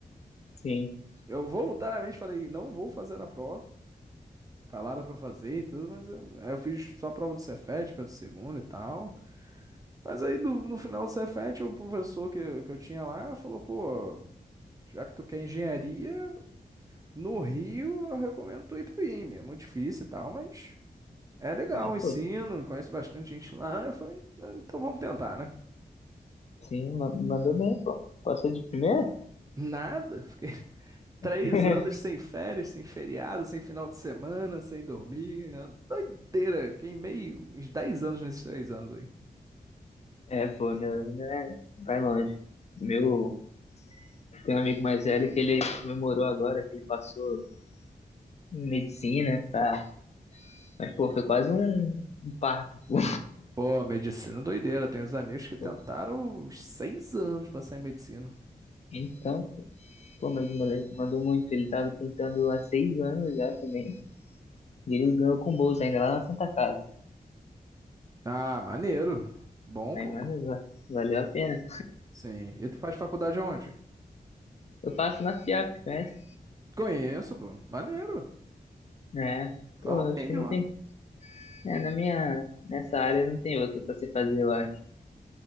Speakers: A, on the left (about 45°); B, on the right (about 20°).
A: Sim,
B: Eu voluntariamente falei, não vou fazer a prova. Falaram pra fazer e tudo, mas eu- aí eu fiz só a prova do Cefet, pelo segundo e tal. Mas aí no, no final do Cefet, o professor que, que eu tinha lá falou, pô, já que tu quer engenharia, no Rio eu recomendo tu ir pro IME. É muito difícil e tal, mas é legal
A: é,
B: o
A: pô,
B: ensino, conheço bastante gente lá. Eu falei, "Ah, então vamos tentar, né?
A: sim, ma- mandou bem, pô. Passou de primeira?
B: Nada, fiquei <laughs> três
A: <laughs>
B: anos sem férias, sem feriado, sem final de semana, sem dormir. é uma Doideira, queimei uns 10 anos nesses três anos aí.
A: É, pô, meu, né, vai longe. Meu, tem um amigo mais velho que ele comemorou agora, que ele passou em medicina, tá? Mas, pô, foi quase um, um parto, pô.
B: Pô, medicina é doideira. Tem uns amigos que tentaram
A: <laughs>
B: uns seis anos pra sair em medicina.
A: Então, pô, pô, mas o moleque mandou muito. Ele tava tentando há seis anos já também. E ele ganhou com bolsa ainda lá na Santa Casa.
B: Ah, maneiro. Bom,
A: Aí,
B: pô.
A: mano, va- valeu a pena.
B: Sim. E tu faz faculdade aonde?
A: Eu faço na FIAP, conhece?
B: Conheço, pô. Maneiro.
A: É.
B: Falam
A: Pô,
B: bem
A: acho que
B: de
A: não
B: lá.
A: tem. É, na minha. Nessa área não tem outra pra você fazer, eu acho.